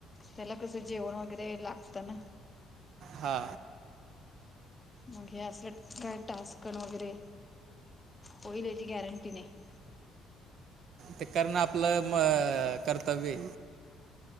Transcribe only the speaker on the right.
हा
ते करणं आपलं म कर्तव्य